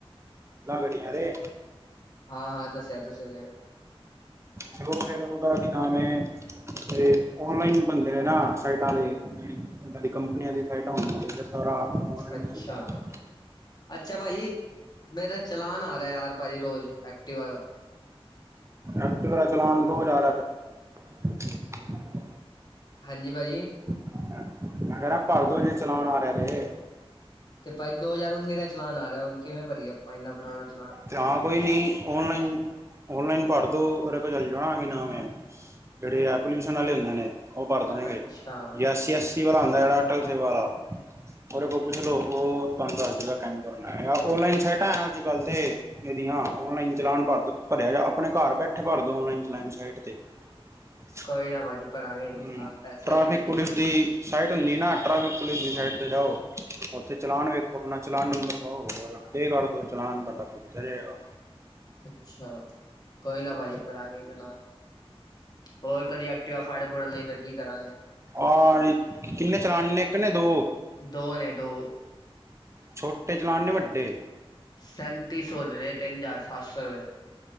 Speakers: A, on the right; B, on the left.
A: ਗੜੀਆਂ ਤੇ
B: ਹਾਂ ਹਾਂ, ਦੱਸਿਆ ਤੁਸੀਂ ਏਲੇ
A: ਚੋ ਫੇਰ ਉਹਦਾ ਵੀ ਨਾਮ ਐ, ਇਹ ਓਨਲਾਈਨ ਬਣਦੇ ਨੇਂ ਨਾਂ ਸਾਈਟਾਂ ਦੇ ਜਿਹੜੀ ਉਹਨਾਂ ਦੀ ਕੰਪਨੀਆਂ ਦੀ ਸਾਈਟਾਂ ਹੁੰਦੀ ਸਾਰਾ ਆਨਲਾਈਨ
B: ਅੱਛਾ।
A: ਚੱਲਦਾ
B: ਅੱਛਾ ਪਾਜੀ, ਮੇਰਾ ਚਲਾਨ ਆ ਰਿਆ, ਯਾਰ ਪਾਜੀ ਰੋਜ਼ ਐਕਟਿਵਾ ਦਾ।
A: ਏਕਟੀਵਾ ਚਲਾਵ ਦੋ ਯਾਰ ਫਿਰ <unintelligible>
B: ਹਾਂਜੀ ਪਾਜੀ।
A: ਮੈਂ ਕਿਹ ਰਿਆ ਭਰਦੋ, ਜੇ ਚਲਾਣ ਆ ਰਿਹਾ ਤੇ।
B: ਤੇ ਭਾਈ ਦੋ ਹਜ਼ਾਰ ਉੱਨੀ ਦਾ ਚਲਾਨ ਆ ਰਿਹਾ, ਹੁਣ ਕਿਵੇਂ ਭਰੀਏ ਆਪਾਂ ਇੰਨਾ ਪੁਰਾਣਾ ਚਲਾਨ।
A: ਤੇ ਹਾਂ ਕੋਈ ਨੀਂ ਓਨਲਾਈਨ, ਓਨਲਾਈਨ ਭਰ ਦੋ ਉਦੇ ਕੋ ਚੱਲ ਜਓ ਨਾਂ ਕੀ ਨਾਮ ਏ। ਜਿਹੜੇ ਆ ਪੋਲਿਊਸ਼ਨ ਵਾਲੇ ਹੁੰਦੇ ਨੇਂ, ਉਹ ਭਰ ਦੇਣਗੇ
B: ਅੱਛਾ
A: ਯੇਸ ਯੇਸ। ਵਾਲਾ ਹੁੰਦਾ ਜਿਹੜਾ ਅਟਲ ਸੇਬ ਵਾਲਾ ਉਹਦੇ ਕੋ ਪੁੱਛਲੋ, ਉਹ ਤੁਹਾਨੂੰ ਦੱਸਦੇਗਾਂ ਕਿੰਝ ਕਰਨਾ ਓਨਲਾਈਨ ਸਾਈਟਾਂ ਅੱਜ-ਕੱਲ ਤੇ ਇਹਦੀਆਂ ਔਨਲਾਈਨ ਚਲਾਨ ਭਰ ਦੋ, ਭਰਿਆ ਜਾ ਆਪਣੇ ਘਰ ਬੈਠੇ ਭਰਦੋ ਔਨਲਾਈਨ ਚਲਾਣ ਸਾਈਟ ਤੇ। <unintelligible>
B: ਕੋਈ ਨਾ ਭਾਜੀ ਭਰਾਂਗੇ
A: ਹਂ,
B: ਚਲਾਨ ਪੈਸੇ
A: ਟ੍ਰੇਫਿਕ
B: ਆਏਂਗੇ
A: ਪੁਲਿਸ
B: ਤੇ
A: ਦੀ ਸਾਈਟ ਹੁੰਦੀ ਨਾਂ, ਟ੍ਰੈਫਿਕ ਪੁਲਿਸ ਦੀ ਸਾਈਟ ਤੇ ਜਾਓ ਉੱਥੇ ਚਲਾਨ ਵੇਖੋ, ਆਪਨਾ ਚਲਾਨ ਨੰਬਰ ਪਾਓ, ਪੇ ਕਰ ਦੋ। ਚਲਾਨ ਤੁਆਡਾ ਪੁਗਤਿਆ ਜਾਏਗਾ।
B: ਅੱਛਾ ਕੋਈ ਨਾਂ ਪਾਜੀ ਭਰਾਂਗੇ ਚਲਾਣ। ਹੋਰ ਕਦੀ ਐਕਟਿਵਾ ਫੱੜ ਫੂੜ ਲਈ, ਫਿਰ ਕੀ ਕਰਾਂਗੇ?
A: ਆ <inaudible> ਕਿੰਨੇ ਚਲਾਾਨਣੇ ਇੱਕ ਨੇਂ? ਦੋ?
B: ਦੋ ਨੇਂ ਦੋ।
A: ਛੋਟੇ ਚਲਾਨ ਣੇਂ ਵੱਡੇ।
B: ਸੈਂਤੀ ਸੌ ਦੇ ਨੇਂ, ਤਿੰਨ ਹਜ਼ਾਰ ਸੱਤ ਸੌ ਰੁਪਏ।